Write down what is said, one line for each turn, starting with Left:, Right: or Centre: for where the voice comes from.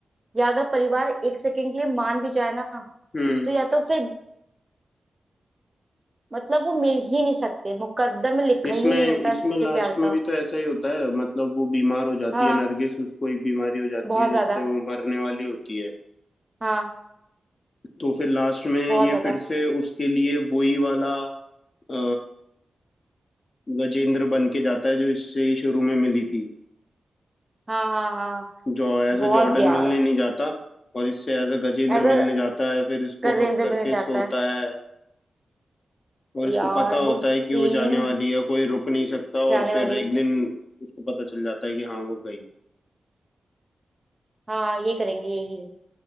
Right: या अगर परिवार एक सेकंड के लिए मान भी जाए ना
Left: हम्म
Right: तो या तो फिर मतलब वो मिल ही नहीं सकते मुकद्दर में लिखा
Left: इसमें
Right: ही नहीं होता
Left: इसमें
Right: है सच्चे
Left: लास्ट
Right: प्यार का
Left: में भी तो ऐसा ही होता है मतलब वो बीमार हो जाती
Right: हाँ
Left: है नरगिस उसको एक बीमारी हो जाती
Right: बहुत
Left: है
Right: ज्यादा
Left: जिससे वो मरने वाली होती है
Right: हाँ
Left: तो फिर लास्ट में ये
Right: बहुत ज्यादा
Left: फिर से उसके लिए वही वाला अ, गजेंद्र बन के जाता है जो इससे शुरू में मिली थी
Right: हाँ हाँ हाँ
Left: जो एज
Right: बहुत
Left: अ जॉर्डन
Right: यार
Left: मिलने नहीं जाता और इससे एज अ गजेंद्र
Right: ऐसा
Left: मिलने जाता है फिर इसको
Right: गजेंद्र
Left: हक करके
Right: बनना चाहता
Left: सोता
Right: है
Left: है और इसको
Right: यार
Left: पता होता
Right: वो सीन
Left: है कि वो जाने वाली है कोई रुक नहीं सकता
Right: जाने
Left: और फिर
Right: वाली
Left: एक
Right: है।
Left: दिन उसको पता चल जाता है कि हाँ वो गई
Right: हाँ ये करेंगे यही